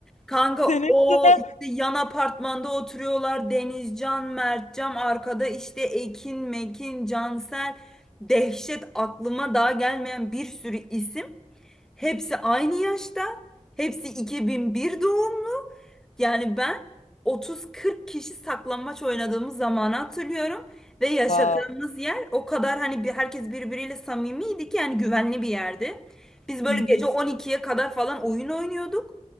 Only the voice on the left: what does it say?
<laughs> Senin
yüzünden.
Vay.
Hı hı.